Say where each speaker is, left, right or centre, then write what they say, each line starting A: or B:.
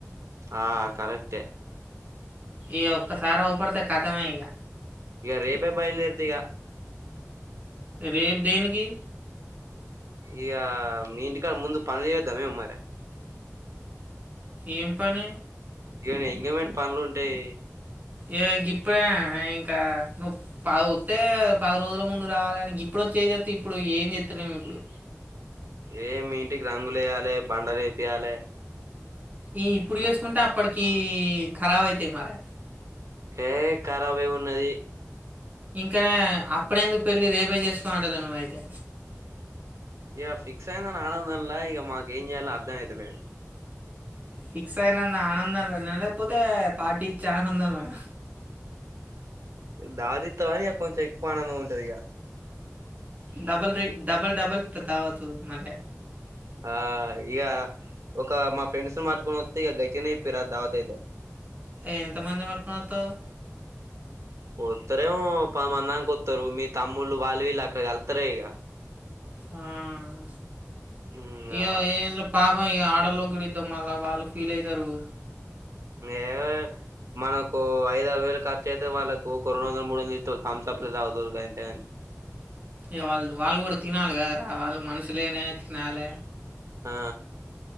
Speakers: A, on the right; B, on the right.
A: ఆ కరెక్టే
B: ఈ ఒక్కసారి ఔపడితే ఖథమే ఇక
A: ఇగ రేపే బయల్దేర్తా ఇగ
B: రేప్ దేనికి?
A: ఇక మీంటికాడ ముందు పనులు చేయద్దా మేము మరి
B: ఏం పని?
A: ఇవన్ని ఎంగేమంట్ పనులు ఉంటాయ్
B: ఏ గిప్పుడే ఇంకా నువ్ పా వత్తే పది రోజుల ముందు రావాలి గాని గిప్పుడ్ ఇప్పుడు వచ్చి ఏం చేేత్తవ్ ఇప్పుడు ఏం చేత్తలేం ఇప్పుడు
A: ఏ మీ ఇంటికి రంగులు ఎయ్యాలి బండలు వేపియాలె
B: ఈ ఇప్పుడు వేసుకుంటే అప్పటికి ఖరాబ్ అయితాయి మరె
A: ఏ ఖరాబు ఏమున్నది?
B: ఇంకా అప్పుడెందుకు పెళ్ళి రేపే చేసుకు అంటాలే నువైతే
A: ఇక ఫిక్స్ అయింది ఆనందం లా ఇక మాకు ఏం చేయల్నా అర్థం అయితలేదు
B: ఫిక్స్ అయినంత ఆనందం లోనా లేక్పోతే పార్టీ ఇచ్చే ఆనందం లేనా
A: దావత్ ఇత్తావని కొంచెం ఎక్కువ ఆనందం ఉంటది ఇగ
B: డబల్ రీ డబల్ డబల్ త్ దావతు మళ్లే
A: ఆ ఇక ఒక మా ఫ్రెండ్స్ ను పట్టుకొని వత్తే ఇక గజని పిరా ధావత్ ఐతే
B: ఎంతమందిని పట్టుకొని వత్తావ్?
A: వత్తరేమో పదిమందానికి వత్తరు మీ తమ్ముళ్ళు వాళ్ళు వీళ్ళు అక్కడ కలుత్తారే ఇక
B: హ్మ్మ్
A: ఇంగా
B: ఇగా ఏ లే పాప ఇ అడోల్లగుడిద్డం మళ్ళ వాళ్ళు ఫీల్ అవుతారు
A: ఏ మనకు ఐద ఆరు వేలు కర్ యితే వాళ్ళకు కొరోనా వ మడ ఇ తంసుప్లు తాగుతారు గంతేగని
B: ఏ వాళ్ళు వాళ్ళు కూడా తినాలి కదరా వాళ్ళు మనుషులేనయే తినాలే
A: ఆ